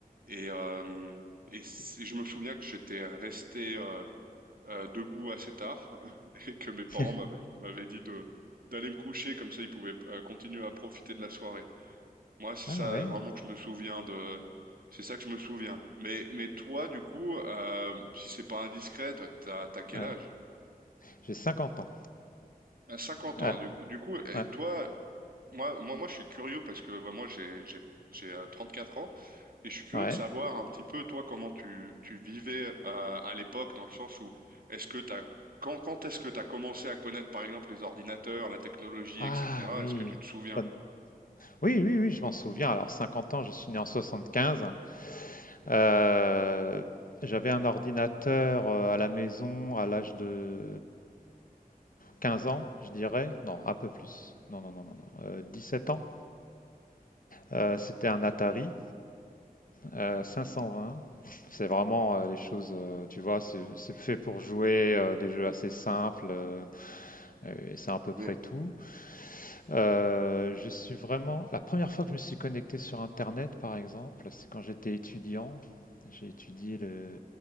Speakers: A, on the right (about 70°); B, on the left (about 65°).
A: Et, euh, et c- je me souviens que j'étais resté euh, euh, debout assez tard <laughs> et que mes parents
B: <laughs>
A: m'avaient m'avaient dit de d'aller me coucher comme ça ils pouvaient euh, continuer à profiter de la soirée. Moi, c'est
B: Ah
A: ça
B: ouais,
A: vraiment que je me souviens de. C'est ça que je me souviens. Mais, mais toi, du coup, euh, si c'est pas indiscret, toi, t'as, t'as quel
B: ouais.
A: âge?
B: J'ai 50 ans.
A: À cinquante
B: Ouais,
A: ans. Du, du coup, et
B: ouais,
A: toi, moi, moi, moi, je suis curieux parce que bah, moi, j'ai, j'ai, j'ai euh, quatre ans et je suis curieux
B: ouais.
A: de savoir un petit peu, toi, comment tu, tu vivais euh, à l'époque, dans le sens où est-ce que t'as, quand, quand est-ce que t'as commencé à connaître, par exemple, les ordinateurs, la technologie,
B: Ah
A: etc.
B: oui.
A: Est-ce que tu te souviens?
B: bonne- Oui, oui, oui, je m'en souviens. Alors, 50 ans, je suis né en 75. Euh, j'avais un ordinateur euh, à la maison à l'âge de 15 ans, je dirais. Non, un peu plus. Non, non, non, non, non. Euh, 17 ans. Euh, c'était un Atari euh, 520. C'est vraiment euh, les choses, euh, tu vois, c'est c'est fait pour jouer euh, des jeux assez simples. euh, et c'est à peu près
A: Ouais.
B: tout. Euh, je suis vraiment. La première fois que je me suis connecté sur Internet, par exemple, c'est quand j'étais étudiant. J'ai étudié le-